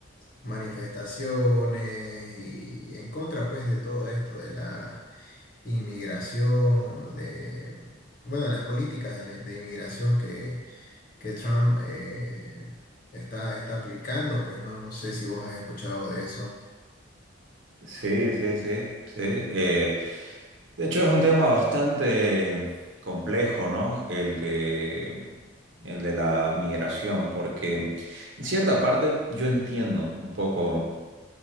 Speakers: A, on the left (about 45°); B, on the right (about 70°).
A: manifestaciones y, y en contra pues de todo esto de la inmigración, o de, bueno, de las políticas de, la- de inmigración que, que Trump eh, está, está aplicando, pues no, no sé si vos has escuchado de eso.
B: Sí, sí, sí, sí. Eh, de hecho, es un tema bastante complejo, ¿no? El de, el de la migración, porque en cierta parte yo entiendo un poco